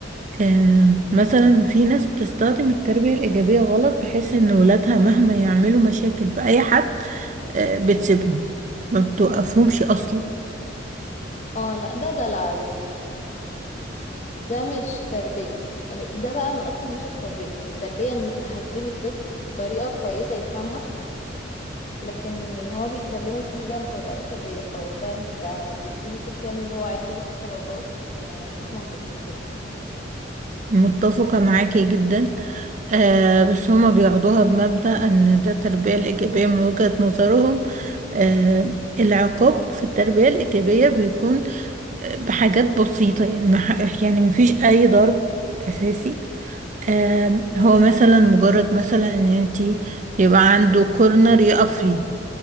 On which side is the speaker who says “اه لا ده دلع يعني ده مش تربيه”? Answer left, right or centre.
Left